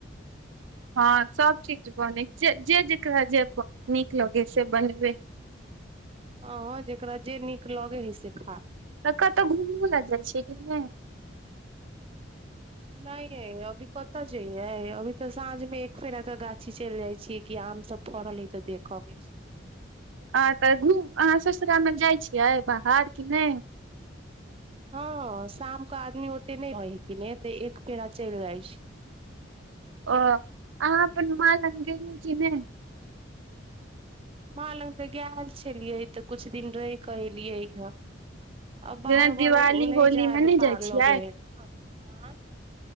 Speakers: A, on the right; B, on the right.
A: हँ सब चीज बनेै जे जेकरा जे नीक लगे से बनेबै
B: ह जेकरा जे नीक लगे है से खायइ
A: तऽ कतहु घुमू लए जाइ छियै कि नइ
B: नहि यै अभी कत्त जे अभी तऽ साँझ मे एक फेरा के गाछी चलि जाइ छियै कि आम सब फड़ल है तऽ देख अबै छी
A: हँ तऽ घूम अहाँ ससुरालमे जाइ छियै बाहर कि नहि
B: हँ शामके आदमी ओते नहि रहै छै नहि तऽ एक फेरा चलि जाइ छै
A: ओ अहाँ अपन माय लग ज बै
B: म लग तऽ गेल छलियै तऽ कछु दिन रहि कऽ एलियै हँ आ बार
A: जेना
B: बार
A: दिवाली
B: नहि
A: होली
B: जाय
A: मे
B: पार
A: जाइ छियै
B: लगे है